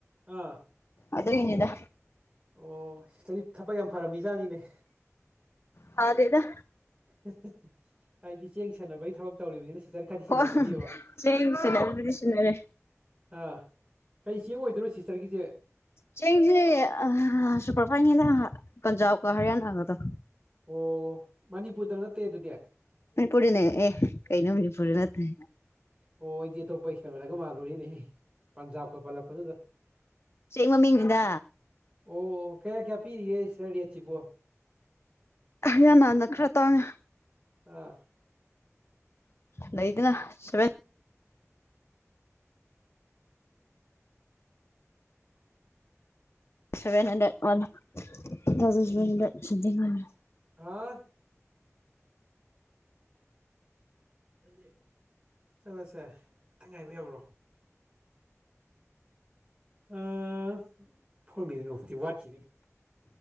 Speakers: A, on the right; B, on the left.
A: ꯑꯥ
B: ꯑꯗꯨꯏ ꯅꯤꯗꯥ
A: ꯑꯣ ꯁꯤꯁꯇꯔꯗꯤ ꯊꯕꯛ ꯌꯥꯝ ꯐꯔꯝꯃꯤ ꯏꯖꯥꯠꯅꯤꯅꯦ
B: ꯐꯥꯗꯦꯗ
A: ꯁꯤꯁ ꯁꯤꯁ ꯍꯥꯏꯗꯤ ꯆꯦꯡ ꯁꯥꯟꯅꯕꯒꯤ ꯊꯕꯛ ꯇꯧꯔꯤꯕꯅꯤꯅ ꯁꯤꯁꯇꯔ ꯈꯔꯗꯤ ꯆꯤꯜꯂꯝꯃꯅꯦꯕ
B: ꯍꯣ ꯆꯦꯡ ꯁꯤꯟꯅꯕꯕꯨꯗꯤ ꯁꯤꯟꯅꯔꯦ
A: ꯑꯥ ꯀꯩ ꯆꯦꯡ ꯑꯣꯏꯗꯣꯏꯅꯣ ꯁꯤꯁꯇꯔꯒꯤꯁꯦ
B: ꯆꯦꯡꯁꯦ ꯑꯥ ꯁꯨꯄꯔꯐꯥꯏꯟ ꯅꯦꯅ ꯄꯟꯖꯥꯕ ꯀ ꯍꯔꯌꯥꯅꯥ ꯒꯥꯗꯣ
A: ꯑꯣ ꯃꯅꯤꯄꯨꯔꯗ ꯅꯠꯇꯦ ꯑꯗꯨꯗꯤ
B: ꯃꯅꯤꯄꯨꯔ ꯗꯅꯦ ꯑꯦ ꯀꯩꯅꯣ ꯃꯅꯤꯄꯨꯔꯗ ꯅꯠꯇꯦ
A: ꯑꯣ ꯑꯩꯗꯤ ꯑꯇꯣꯞꯄ ꯀꯩꯅꯣꯗꯒ ꯃꯥꯜꯂꯨꯔꯦꯅꯦ ꯄꯟꯖꯥꯕꯀ ꯄꯜꯂꯛꯄꯗꯨꯗ
B: ꯆꯦꯡ ꯃꯃꯤꯡꯅꯤꯗ
A: ꯑꯣ ꯀꯌꯥ ꯀꯌꯥ ꯄꯤꯔꯤꯒꯦ ꯁꯤꯁꯇꯔ ꯔꯦꯠ ꯁꯕꯨ
B: ꯍꯌꯥꯅꯅ ꯈꯔ ꯇꯥꯡꯉꯦ
A: ꯑꯥ
B: ꯅꯩꯗꯅꯁꯦ seven hundred one, two thousand seven hundred something ꯍꯥꯏꯕꯅꯤ
A: ꯍꯥ ꯆꯠꯂꯁꯦ ꯫ ꯆꯠꯂꯁꯦ ꯉꯥꯛꯇꯪ ꯉꯥꯏꯕ ꯌꯥꯕ꯭ꯔꯣ ꯑꯥ... ꯐꯣꯔꯃꯤ ꯂꯣꯛꯇꯤ ꯋꯥꯠꯈꯤꯅꯤ